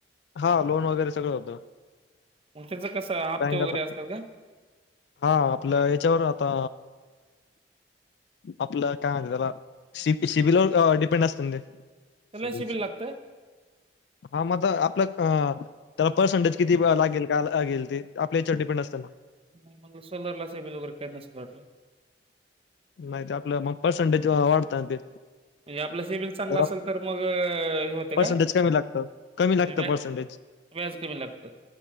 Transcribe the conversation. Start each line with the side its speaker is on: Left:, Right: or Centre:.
Left: हा लोन वगैरे सगळं होत
Right: मग त्याचं कसं हप्ते
Left: बँक
Right: वगैरे
Left: आता
Right: असतात का
Left: हा आपलं याच्यावर आता आपलं काय म्हणत्यात त्याला सि सिबिलवर डिपेंड असत ना ते.
Right: त्याला सिबिल लागतं
Left: हा म तर आप तर पर्सेंटेज किती लागेल का लागेल ते आपल्या याच्यात डिपेंड असत ना.
Right: नाही मग सोलरला सिबिल वगैरे काही नसल वाटलं.
Left: नाही ते आपला मग पर्सेंटेज वाढत ना ते.
Right: म्हणजे आपलं सिबिल चांगला
Left: जरा
Right: असेल तर मग हे होते
Left: पर्सेंटेज
Right: का
Left: कमी लागतं कमी लागतं
Right: व्या
Left: पर्सेंटेज
Right: व्याज कमी लागत.